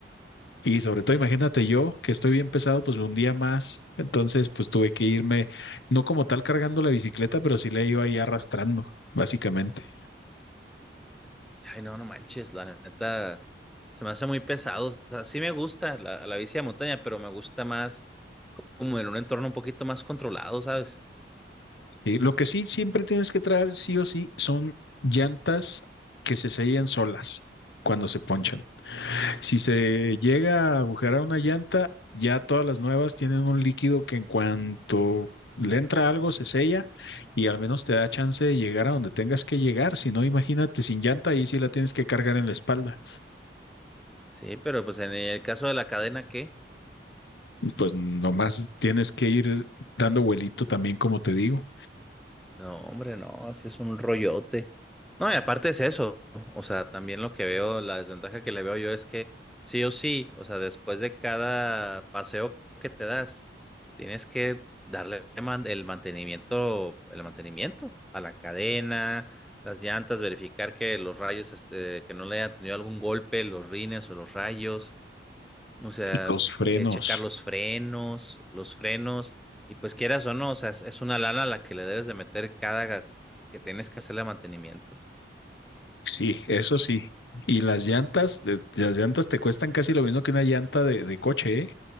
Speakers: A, on the left; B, in the centre.
A: Y sobre
B: Ujú.
A: todo, imagínate yo, que estoy bien pesado, pues me hundía más. Entonces, pues tuve que irme, no como tal cargando la bicicleta, pero sí la iba ahí arrastrando, básicamente.
B: Ay, no, no manches, la neta se me hace muy pesado. O sea, sí me gusta la, la bici de montaña, pero me gusta más como en un entorno un poquito más controlado, ¿sabes?
A: Sí, lo que sí siempre tienes que traer, sí o sí, son llantas que se sellan solas cuando se ponchan. Si se llega a agujerar una llanta, ya todas las nuevas tienen un líquido que en cuanto le entra algo se sella y al menos te da chance de llegar a donde tengas que llegar. Si no, imagínate sin llanta, ahí sí la tienes que cargar en la espalda.
B: Sí, pero pues en el caso de la cadena, ¿qué?
A: Y Pues nomás tienes que ir dando vuelito también, como te digo.
B: No, hombre, no, así es un rollote. No, y aparte es eso, o sea, también lo que veo, la desventaja que le veo yo es que sí o sí, o sea, después de cada paseo que te das, tienes que darle man- el mantenimiento, el mantenimiento a la cadena, las llantas, verificar que los rayos, este, que no le hayan tenido algún golpe, los rines o los rayos. O sea,
A: Los frenos.
B: eh, checar los frenos, los frenos, y pues quieras o no, o sea, es, es una lana la que le debes de meter cada que tienes que hacerle mantenimiento.
A: Sí, eso sí. Y las llantas, de- las llantas te cuestan casi lo mismo que una llanta de, de coche, ¿eh?